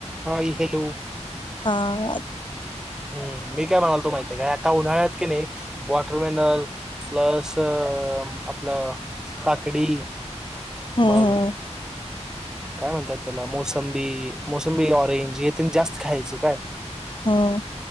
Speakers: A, in the centre; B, on the left.
A: हाय hello
B: हा
A: हम्म मी काय म्हणायलतो माहिती आहे का आता उन्हाळ्यात की नाही वॉटरमेनल प्लस आपलं काकडी
B: हम्म हम्म
A: मग काय म्हणतात त्याला मोसंबी, मोसंबी ऑरेंज हे त्यां जास्त खायचं काय
B: हम्म